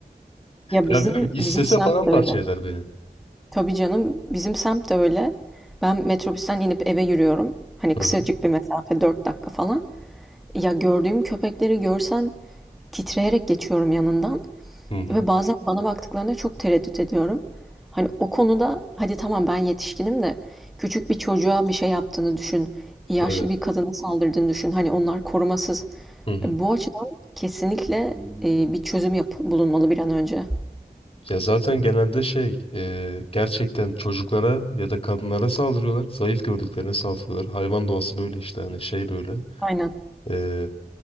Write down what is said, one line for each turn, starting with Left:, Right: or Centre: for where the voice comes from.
Centre: Ya
Left: Ya
Centre: bizim
Left: bilmiyorum. istese
Centre: bizim semt
Left: paramparça
Centre: de öyle.
Left: eder beni.
Centre: Tabii canım, bizim semt de öyle. Ben metrobüsten inip eve yürüyorum. Hani
Left: Hı
Centre: kısacık
Left: hı.
Centre: bir mesafe, 4 dakika falan. Ya gördüğüm köpekleri görsen titreyerek geçiyorum yanından.
Left: Hı hı.
Centre: Ve bazen bana baktıklarında çok tereddüt ediyorum. Hani o konuda hadi tamam ben yetişkinim de küçük bir çocuğa bir şey yaptığını düşün. Yaşlı
Left: Evet.
Centre: bir kadına saldırdığını düşün. Hani onlar korumasız.
Left: Hı hı.
Centre: E, Bu açıdan kesinlikle e, bir çözüm yap bulunmalı bir an önce.
Left: Ya zaten genelde şey e, gerçekten çocuklara ya da kadınlara saldırıyorlar. Zayıf gördüklerine saldırıyorlar. Hayvan doğası böyle işte hani şey böyle.
Centre: Aynen.
Left: E,